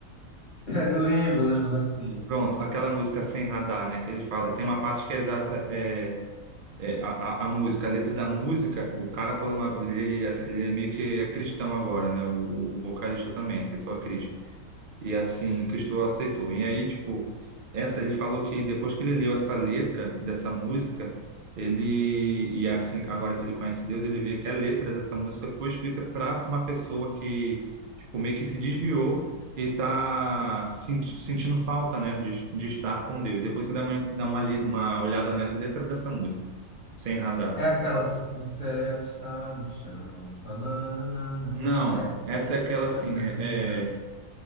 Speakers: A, on the left; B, on the right.
A: <laughs> Lembro, lembro, lembro sim.
B: Pronto, aquela música Sem Radar, né? Que ele fala, tem uma parte que é exata, é, é, a, a- a música, a letra da música, o cara falou, uma, ele, é, ele é meio que é cristão agora, né? O, o vocalista também aceitou a Cristo. E assim, Cristo aceitou. E aí, tipo, essa, ele falou que depois que ele leu essa letra dessa música, ele, e assim, agora que ele conhece Deus, ele vê que a letra dessa música foi escrita para uma pessoa que, tipo, meio que se desviou e tá senti- sentindo falta, né, de, de estar com Deus. Depois você dá uma, dá uma, li- uma olhada na letra dessa música, sem radar.
A: É aquela, o, o céu está no chão, pananana,
B: Não,
A: essa?
B: essa é aquela assim,
A: Essa que é essa
B: é
A: do Skank.
B: é,